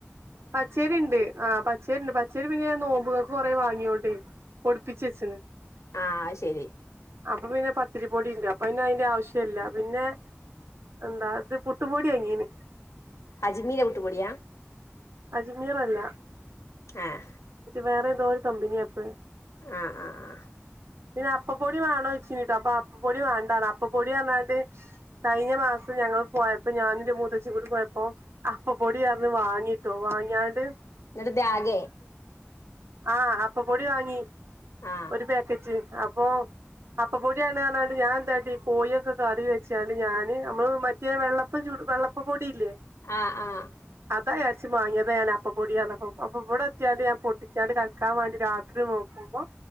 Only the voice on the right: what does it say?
പച്ചേരിണ്ട്, ആ പ പച്ചേരിണ്ട് പച്ചേരി പിന്നെ നോമ്പുങ്ങക്ക് കൊറെ വാങ്ങിയോണ്ടേ പൊടിപ്പിച്ചെച്ണ്.
അപ്പോ പിന്നെ പത്തിരി പൊടിണ്ട് അപ്പോന്നെ അയിന്റെ ആവശ്യ ല്ല പിന്നെ എന്താ ഇത് പുട്ടുപൊടി വാങ്ങീണ്
അജ്മീറല്ല.
വേറെ രു കമ്പനിപ്പദ്
പിന്നെ അപ്പപ്പൊടി വേണോ ചോയ്ചീനിട്ടോ അപ്പൊ അപ്പപ്പൊടി വേണ്ട അപ്പപ്പൊടി പറഞ്ഞാട്ട് കഴിഞ്ഞ മാസം ഞങ്ങൾ പോയപ്പോ ഞാനുംൻ്റെ മൂത്തച്ചിം കൂടി പോയപ്പോ, അപ്പപൊടിയർഞ്ഞി വാങ്ങി വാങ്യാല്
ആഹ് അപ്പൊ പൊടി വാങ്ങി.
ഒരു പാക്കറ്റ് അപ്പൊ അപ്പപ്പൊടിയാണ് കാരഞ്ഞാണ്ട് ഞാൻ എന്താടച്ച ഈ കോഴൊക്കെ കറി വെച്ചാല് ഞാന് നമ്മള് മറ്റേ വെള്ളപ്പം ച വെള്ളപ്പപ്പൊടി ഇല്ലേ
പത വച്ച് വാങ്ങിയത് ഞാൻ അപ്പ പൊടിയന്ന പോ അപ്പൊ ഇവിടെ എത്തിയാണ്ട് ഞാൻ പൊട്ടിച്ചാണ്ട് കളിക്കാൻ വേണ്ടി രാത്രി നോക്കുമ്പോ